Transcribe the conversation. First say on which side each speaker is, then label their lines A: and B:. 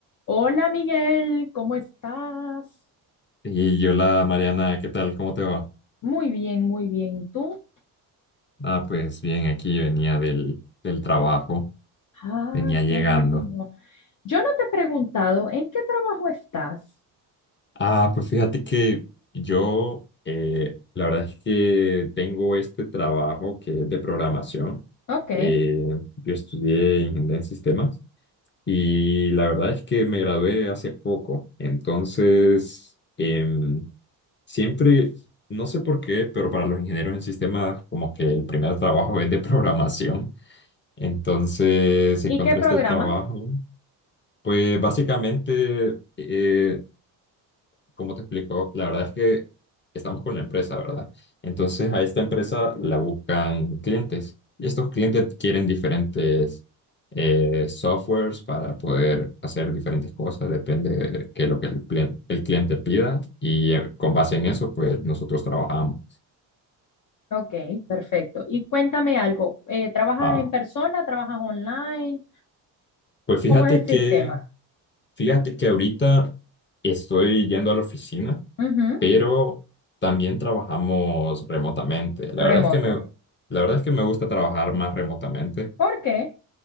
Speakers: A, on the left; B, on the left.
A: Hola Miguel, ¿cómo estás?
B: Y yo, la Mariana, ¿qué tal? ¿Cómo te va?
A: Muy bien, muy bien. ¿Y tú?
B: Ah, pues bien, aquí venía del, del trabajo,
A: Ah,
B: venía llegando.
A: qué bueno. Yo no te he preguntado en qué trabajo estás.
B: Ah, pues fíjate que yo, eh, la verdad es que tengo este trabajo que es de programación.
A: Ok.
B: Eh, yo estudié ingeniería en sistemas y la verdad es que me gradué hace poco. Entonces, em, siempre, no sé por qué, pero para los ingenieros en sistemas, como que el primer trabajo es de programación. Entonces si
A: ¿Y
B: encontré
A: qué programa?
B: este trabajo. Pues básicamente, eh, como te explico, la verdad es que estamos con la empresa, ¿verdad? Entonces a esta empresa la buscan clientes y estos clientes quieren diferentes eh, softwares para poder hacer diferentes cosas, depende de qué es lo que el, plien- el cliente pida y eh, con base en eso, pues nosotros trabajamos.
A: Ok, perfecto. Y cuéntame algo. eh, ¿trabajas
B: Ah,
A: en persona? ¿Trabajas online?
B: pues fíjate
A: ¿Cómo es el
B: que,
A: sistema?
B: fíjate que ahorita estoy yendo a la oficina
A: Ujú,
B: pero también trabajamos remotamente. La verdad
A: Remoto.
B: es que me, la verdad es que me gusta trabajar más remotamente
A: ¿Por qué?